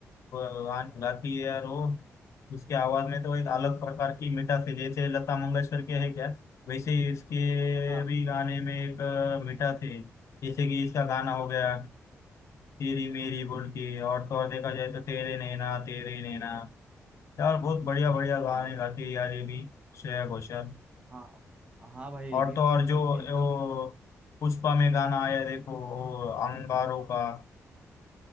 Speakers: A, on the left; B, on the right.
A: गान गाती है यार वो उसकी आवाज में तो एक अलग प्रकार की मिठास है जैसे लता मंगेशकर के है क्या वैसे ही इसके
B: हाँ
A: भी गाने में एक अ, मिठास है जैसे कि इसका गाना हो गया तेरी मेरी बोल के और तो और देखा जाए तो तेरे नैना तेरे नैना यार बहुत बढ़िया बढ़िया गाने
B: हाँ
A: गाती है यार ये भी श्रेया घोषाल
B: हाँ हाँ भाई ये
A: और
B: भी
A: तो
B: तो
A: और
B: मतलब
A: जो
B: कि एकदम
A: वो पुष्पा में गाना आया देखो वो अंगारों का